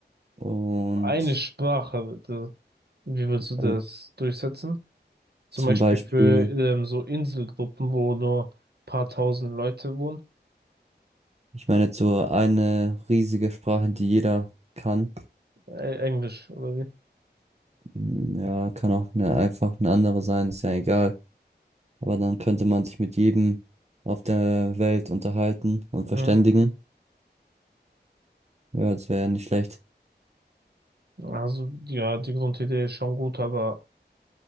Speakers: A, on the right; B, on the right.
A: Und
B: Eine Sprache, da- wie würdest du das
A: äh,
B: durchsetzen? Zum
A: zum
B: Beispiel
A: Beispiel,
B: für ähm, so Inselgruppen, wo nur paar tausend Leute wohnen.
A: ich meine, jetzt so eine riesige Sprache, die jeder kann.
B: Äh, Englisch, oder wie?
A: Mm, Ja, kann auch eine, einfach eine andere sein, ist ja egal. Aber dann könnte man sich mit jedem auf der Welt unterhalten und
B: Mhm.
A: verständigen. Ja, das wäre ja nicht schlecht.
B: Also, ja, die Grundidee ist schon gut, aber